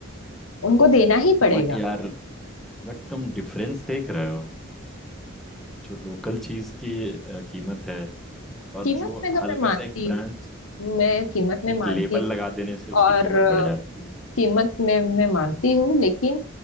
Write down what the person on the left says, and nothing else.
उनको देना ही पड़ेगा
कीमत
में तो
मैं मानती
हूँ मैं कीमत में
मानती
हूँ
और
कीमत मैं मैं मानती हूँ लेकिन